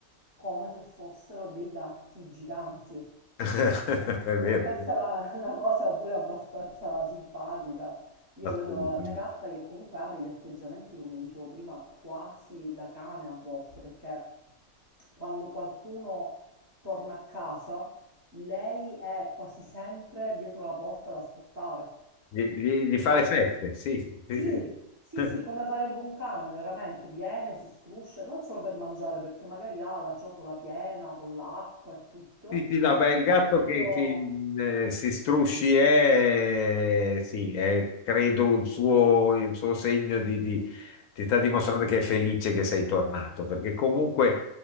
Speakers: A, on the right; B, on the left.
A: come se fossero dei gatti giganti.
B: <laughs> È vero,
A: E questa è una, <laughs> una cosa pure abbastanza simpatica. Io
B: assolutamente.
A: vedo la mia gatta che comunque ha degli atteggiamenti, come dicevo prima, quasi da cane a volte, perché quando qualcuno torna a casa, lei è quasi sempre dietro la porta ad aspettare.
B: Gli, gli- gli fa
A: Com-
B: le feste, sì,
A: sì,
B: sì, sì.
A: sì,
B: <laughs>
A: sì, come farebbe un cane, veramente. Viene, si struscia, non solo per mangiare, perché magari ha la ciotola piena con l'acqua e tutto.
B: Sì, sì, no, beh, il gatto
A: È proprio...
B: che, che, eh, si strusci è, sì, è, credo il suo, il suo segno di, di- ti sta dimostrando che è felice che sei tornato, perché comunque,